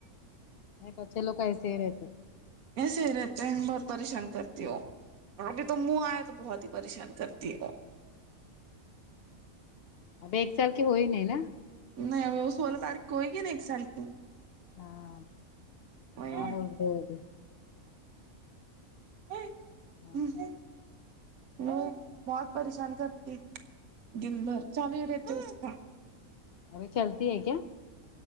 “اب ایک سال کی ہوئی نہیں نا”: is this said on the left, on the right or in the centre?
Left